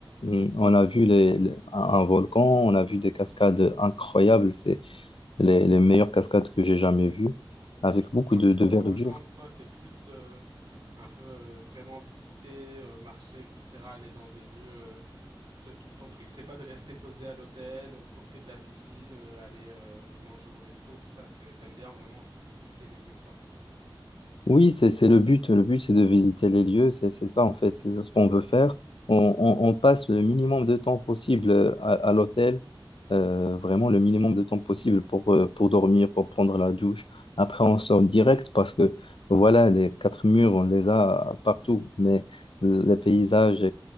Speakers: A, on the left; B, on the right.
A: Hum, On a vu les- les- un, un volcan, on a vu des cascades incroyables. C'est les, les meilleures cascades que j'ai jamais vues,
B: Trop bien.
A: avec
B: Et du coup,
A: beaucoup
B: quand
A: de,
B: tu
A: de
B: vas
A: verdure.
B: en vacances, toi, t'es plus euh, un peu euh, vraiment visiter, euh, marcher, etc., aller dans des lieux. euh, Ce- Ton, ton truc, c'est pas de rester posé à l'hôtel, euh, profiter de la piscine, euh, aller euh, manger au resto, tout ça. C'est, t'aimes bien vraiment visiter les lieux, quoi.
A: Oui, c'est c'est le but. Le but, c'est de visiter les lieux. C'est c'est ça, en fait. C'est ce qu'on veut faire. On, on- on passe le minimum de temps possible euh, à, à l'hôtel. euh, vraiment le minimum de temps possible pour, euh, pour dormir, pour prendre la douche. Après, on sort direct parce que, voilà, les quatre murs, on les a partout. Mais les paysages,